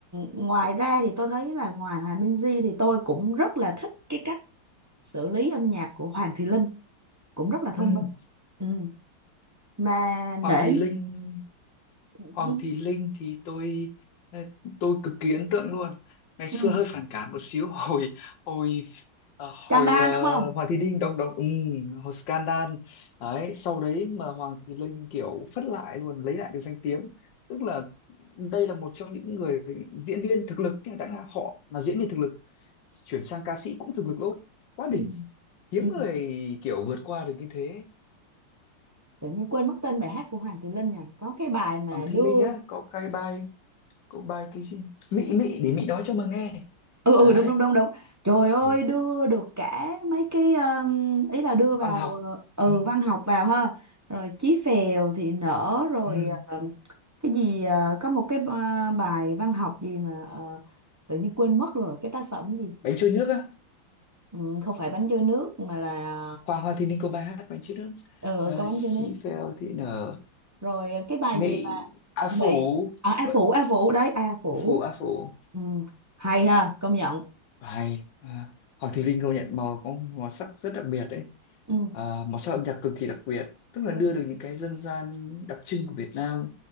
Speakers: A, on the right (about 20°); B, on the left (about 60°).
A: ngoài ra thì tôi thấy là ngoài Hòa Minh Di thì tôi cũng rất là thích cái cách xử lý âm nhạc của Hoàng thị Linh cũng rất là thông
B: ừ.
A: minh ừ. mà
B: Hoàng
A: để
B: Thùy Linh
A: ừ.
B: Hoàng Thị Linh thì tôi ờ, tôi cực kỳ ấn tượng luôn ngày xưa
A: ừ.
B: hơi phản cảm một xíu <laughs> hồi hồi ờ,
A: Trang
B: hồi
A: Đan
B: ờ,
A: đúng không?
B: Hoàng Thị Linh đồng đồng ừ, hồi scandal đấy sau đấy mà Hoàng Thị Linh kiểu phất lại luôn lấy lại được danh tiếng tức là đây là một trong những người diễn viên thực lực nhưng đã là họ là diễn viên thực lực chuyển sang ca sĩ cũng thực lực luôn quá đỉnh
A: Ừ,
B: hiếm
A: ừ.
B: người kiểu vượt qua được như thế
A: Tự nhiên quên mất tên bài hát của Hoàng Thùy Linh nhỉ? Có cái bài mà
B: Hoàng
A: đưa
B: Thị Linh á có cái bài Cậu bài cái gì? Mị mị để mị nói cho mà nghe.
A: ừ ừ
B: Đấy.
A: đúng đúng đúng đúng. Trời ơi
B: Ừ.
A: đưa được cả mấy cái um, ý là đưa
B: Văn
A: vào
B: học.
A: ờ, ừ
B: Ừ.
A: văn học vào ha. Rồi Chí Phèo thì nở rồi
B: Ừ.
A: ờ, cái gì ờ, có một cái ờ, bài văn học gì mà ờ, tự nhiên quên mất rồi cái tác phẩm gì.
B: Bánh trôi nước á.
A: Ừ, không phải bánh trôi nước mà là
B: Hoa hoa thì ninh có bài hát bánh trôi nước.
A: ờ
B: Ờ,
A: ừ, có bánh
B: Chí
A: trôi nước.
B: phèo thì nở.
A: rồi ờ, cái bài
B: Mị
A: gì mà
B: A Phủ.
A: bị à, A
B: Vậy,
A: Phủ A Phủ đấy A Phủ
B: Phủ A Phủ.
A: ừ. hay ha công nhận
B: Bài. À, Hoàng Thùy Linh công nhận màu có màu sắc rất đặc biệt đấy.
A: ừ.
B: À, màu sắc âm nhạc cực kỳ đặc biệt. Tức là
A: Ừ.
B: đưa được những cái dân gian đặc trưng của Việt Nam